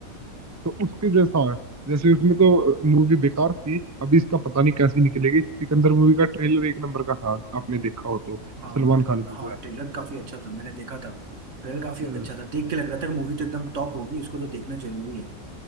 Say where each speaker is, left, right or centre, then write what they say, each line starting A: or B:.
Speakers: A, on the right; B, on the right.
A: तो उसके जैसा है जैसे उसमें तो मूवी बेकार थी अभी इसका पता नहीं कैसी निकलेगी सिकंदर मूवी का ट्रेलर एक नंबर का था आपने देखा हो तो
B: हाँ
A: सलमान खान की
B: हाँ
A: जो
B: ट्रेलर काफी अच्छा था मैंने देखा था ट्रेलर काफी
A: है
B: अच्छा था देख के लग रहा था कि मूवी तो एकदम टॉप होगी इसको तो देखना जरूरी है